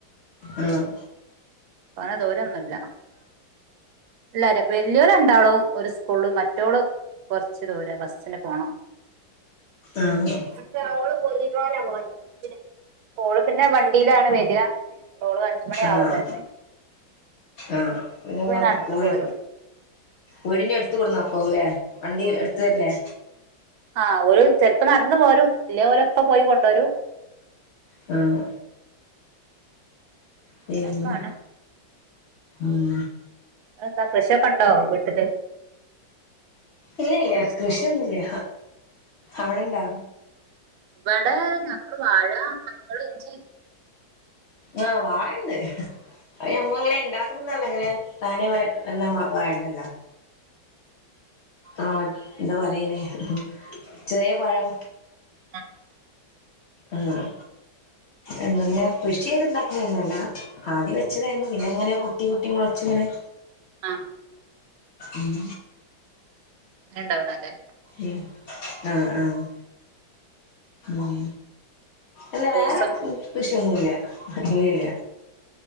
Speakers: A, on the left; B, on the right.
A: ആം
B: കൊറേ ദൂരംന്നുംല്ല ഇല്ലര വെല്ലുവിള ഉണ്ടാളും ഒരു സ്കൂളും മറ്റോള് കുറച്ച് ദൂര ബസ്സിന് പോണം
A: ആഹ്
B: <unintelligible> ഓള് പിന്നെ വണ്ടിയിലാണ് വരികോള് അഞ്ചുമണി ആാവും
A: ആഹ്
B: വര
A: ആഹ് പിന്നെ
B: നടന്ന്
A: കൂടെ
B: പോരും
A: വീടിന്റെ എടുത്ത കൊടുന്നോക്കോല്ലേ വണ്ടി എടുത്ത തരല്ലേ
B: ആഹ് ഒരു ചെലപ്പോ നടന്നു പോരും ഇല്ലേ ഓരപ്പ പോയി കൊണ്ടുവരും
A: ഉം
B: അങ്ങനെയൊക്കാണ്
A: പിന്നെ ഉം
B: എന്താ കൃഷിയൊക്കെ ഉണ്ടോ വീട്ടില്
A: ഇല്ലല്ല
B: കൃഷി
A: കൃഷിയൊന്നുംല്ല അവിടെണ്ടാ
B: ഇവിടെ ഞങ്ങള് വാഴ മഞ്ഞൾ ഇഞ്ചി
A: ആഹ് വാഴന്ന് അ ഞമ്മ ഇങ്ങനെ ഇണ്ടാക്കണംന്നല്ല ഇങ്ങനെ താന എ വർണ വാഴണ്ടല്ലോ ആഹ് എന്താ പറയ്നേ ചെറിയ പഴം
B: ആഹ്
A: ആഹ് എങ്ങനെ കൃഷി ചെയ്ത്ണ്ടാക്കുന്ന ഒന്നല്ല ആദ്യ വെച്ചതായിരുന്നു പിന്നെ എങ്ങനെ കുട്ടി കുട്ടിങ്ങള വച്ചു ഇങ്ങനെ
B: ആ
A: ഉം
B: രണ്ടാവണല്ലേ
A: ഉം ആഹ് ആഹ് ഉം അല്ല
B: ഫ്രൂട്ട്സ്
A: വേറെ കൃഷിയൊന്നുല്ല അങ്ങല്ല